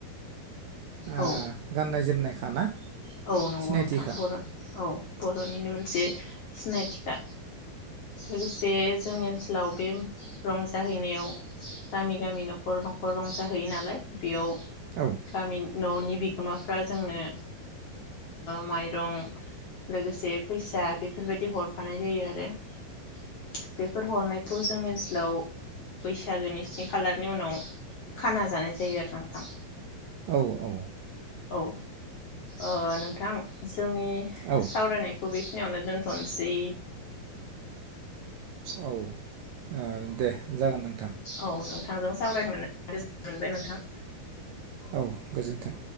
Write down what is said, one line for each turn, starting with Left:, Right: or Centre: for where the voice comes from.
Right: आं
Left: औ
Right: गाननाय जोमनायखाना
Left: औ नंगौ
Right: सिनायथिखा
Left: नोंथां बर' औ बर'निनो मोनसे सिनायथिखा लोगोसे जोंनि ओनसोलाव बे रंजाहैनायाव गामि गामि न'खर न'खर रंजाहैयो नालाय बेयाव
Right: औ
Left: गामि न'नि बिगोमाफ्रा जोंनो माइरं लोगोसे फैसा बेफोरबायदि हरफानाय जायो ओ मायरं लोगोसे फैसा बेफोर बायदि हरफानाय जायो आरो बेफोर हरनायखौ जोंनि ओनसोलाव बैसागोनि स्नि खालारनि उनाव खाना जानाय जायो आरो नोंथां।
Right: औ औ
Left: औ औ नोंथां जोंनि
Right: औ औ
Left: सावरायनाय खौ बेखिनियावनो दोनथ'नोसै
Right: औ औ दे जागोन नों
Left: औ नों थांजों सावरायनोज मोनबाय नोंथां
Right: औ गोजोन्थों।